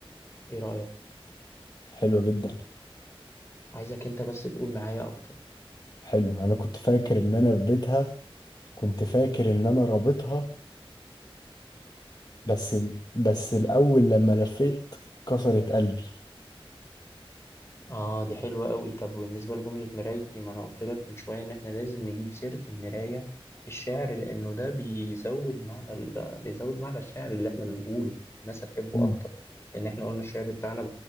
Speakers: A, on the left (about 25°); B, on the left (about 45°).
A: إيه رأيك؟
B: حلوة جدا
A: عايزك أنت بس تقول معايا أكتر
B: حلو انا كنت فاكر ان انا في بيتها كنت فاكر ان انا رابطها بس بس الاول لما لفيت كسرت قلبي
A: اه دي حلوة قوي طب بالنسبة لجملة مرايتي ما انا قلت لك من شوية ان احنا لازم نجيب سيرة المراية في الشعر لانه ده بيزود معنى ال- بيزود معنى الشعر اللي احنا بنقوله الناس هتحبه
B: مم.
A: اكتر لان احنا قلنا الشعر بتاعنا